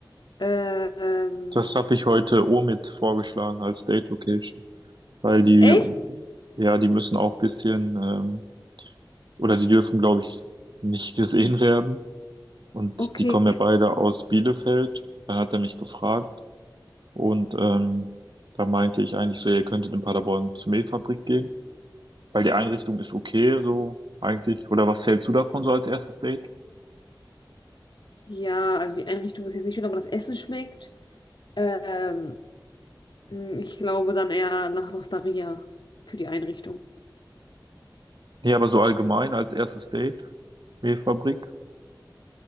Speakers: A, on the left; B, on the right.
A: Äh, Ähm,
B: Das habe ich heute Omid vorgeschlagen als Date Location, weil die,
A: echt?
B: ja, die müssen auch ein bisschen, ähm, oder die dürfen, glaube ich, nicht gesehen werden. Und
A: Okay.
B: die kommen ja beide aus Bielefeld. Dann hat er mich gefragt und ähm, da meinte ich eigentlich so, ihr könntet in Paderborn zur Mehlfabrik gehen. Weil die Einrichtung ist okay, so eigentlich. Oder was zählst du davon so als erstes Date?
A: Ja, also die Einrichtung ist jetzt nicht schön, aber das Essen schmeckt. Ähm, mh, ich glaube dann eher nach L'Osteria für die Einrichtung.
B: Nee, aber so allgemein als erstes Date, Mehlfabrik.